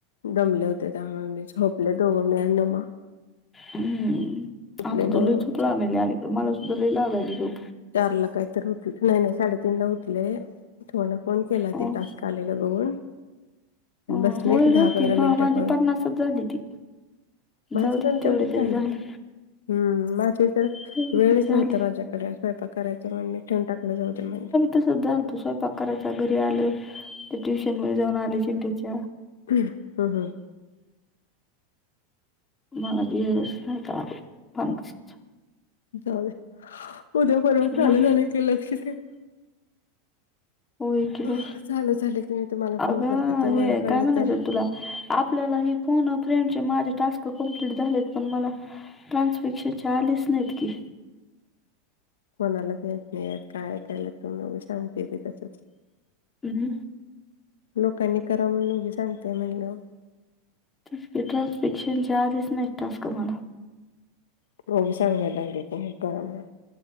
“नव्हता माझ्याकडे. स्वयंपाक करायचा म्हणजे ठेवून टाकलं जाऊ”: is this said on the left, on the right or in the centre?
Left